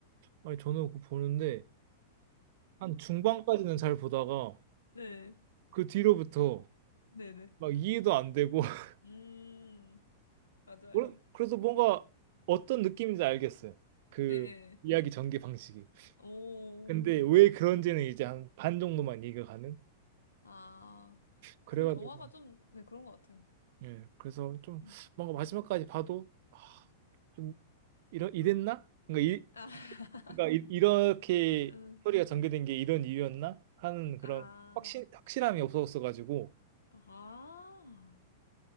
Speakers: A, on the right (about 55°); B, on the left (about 90°).
A: 아니, 저는 그거 보는데 한 중반까지는 잘 보다가
B: 네.
A: 그 뒤로부터
B: 네네.
A: 막 이해도 안 되고 <laughs>
B: 음, 맞아요.
A: 그래- 그래서 뭔가 어떤 느낌인지 알겠어요. 그
B: 네.
A: 이야기 전개 방식이.
B: 오.
A: 근데 왜 그런지는 이제 한 반 정도만 이해가 가는?
B: 아.
A: 그래가지고
B: 그 영화가 좀, 네, 그런 것 같아요.
A: 예 그래서 좀
B: 음.
A: 뭔가 마지막까지 봐도 아, 좀 이러 이랬나? 그러니까 이
B: 아,
A: 그러니까
B: <laughs>
A: 이, 이렇게
B: 음.
A: 스토리가 전개된 게 이런 이유였나? 하는 그런
B: 아.
A: 확신 확실함이 없었어가지고
B: 아.